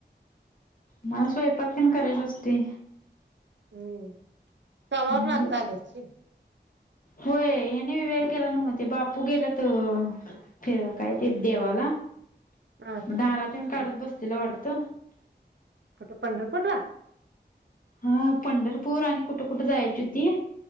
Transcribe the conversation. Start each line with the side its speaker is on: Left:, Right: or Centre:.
Left: मला सोयपात्तीन करायच असते.
Right: हम्म कमर
Left: नाही
Right: नतालशील.
Left: जात होय हने व वेळ केला नव्हते बापू गेला तर. फिर काय ते देवाला
Right: हा
Left: म धारातन काढत
Right: कुठं
Left: बसलेलं वाटत.
Right: हो त पंढरपूर ला.
Left: हा पंढरपूर आणि कुठं कुठं जायची होती